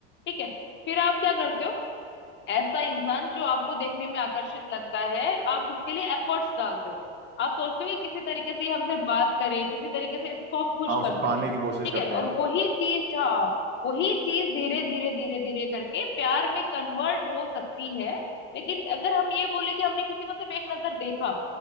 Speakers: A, on the left; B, on the right.
A: ठीक है फिर आप क्या करते हो ऐसा इंसान जो आपको देखने में आकर्षित लगता है आप उसके लिए एफर्ट्स डालते हो आप सोचते हो कि किसी तरीके से ये हमसे बात करे किसी तरीके से इसको हम खुश
B: हाँ उसे
A: कर सके
B: पाने
A: ठीक
B: की कोशिश करते
A: है
B: हैं
A: और
B: हम
A: वही चीज हाँ वही चीज धीरे धीरे धीरे धीरे करके प्यार में कन्वर्ट हो सकती है लेकिन अगर हम ये बोले कि हमने किसी को सिर्फ एक नजर देखा